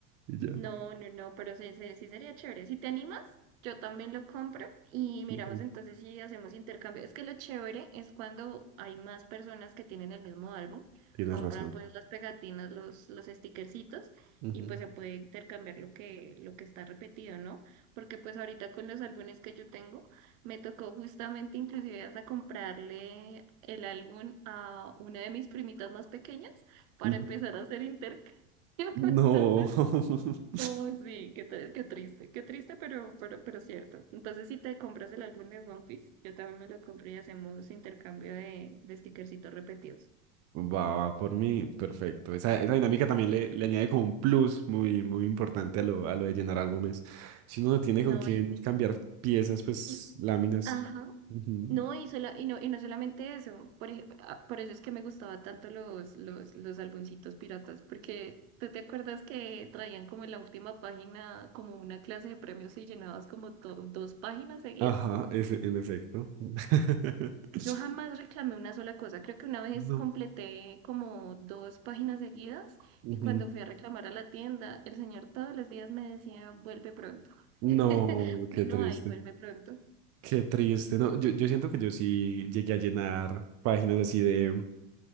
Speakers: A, on the right; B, on the right.
A: Y ya.
B: No, no, no, pero sí, sí, sí sería chévere. Si te animas, yo también lo compro y miramos
A: Ujú.
B: entonces si hacemos intercambio. Es que lo chévere es cuando hay más personas que tienen el mismo álbum,
A: Tienes
B: compran
A: razón.
B: pues las pegatinas, los, los stickercitos
A: Ujú,
B: y pues se puede intercambiar lo que, lo que está repetido, ¿no? Porque pues ahorita con los álbumes que yo tengo, me tocó justamente inclusive hasta comprarle el álbum a una de mis primitas más pequeñas para
A: ujú.
B: empezar a hacer intercambio. <laughs>
A: No.
B: Entonces...
A: <laughs>
B: Oh, sí, qué, tr- qué triste, qué triste, pero, pero, pero cierto. Entonces, si te compras el álbum de One Piece, yo también me lo compré y hacemos intercambio de, de stickercitos repetidos.
A: Va, va por mí, perfecto. Esa, esa dinámica también le, le añade como un plus muy, muy importante a lo, a lo de llenar álbumes. Si uno no tiene
B: No,
A: con quién
B: y,
A: cambiar piezas, pues
B: y-
A: láminas.
B: ajá.
A: Ujú.
B: No, y, sola- y, no, y no solamente eso. Por ejemplo, por eso es que me gustaba tanto los, los, los álbumcitos piratas, porque tú te acuerdas que traían como en la última página como una clase de premios y llenabas como to- dos páginas seguidas.
A: Ajá, ese- en efecto. <laughs>
B: Yo jamás reclamé una sola cosa. Creo que una vez
A: No.
B: completé como dos páginas seguidas
A: Ujú.
B: y cuando fui a reclamar a la tienda, el señor todos los días me decía, vuelve pronto.
A: No,
B: <laughs>
A: qué
B: Bueno,
A: triste.
B: ahí vuelve pronto.
A: Qué triste. No, yo, yo siento que yo sí llegué a llenar páginas así de.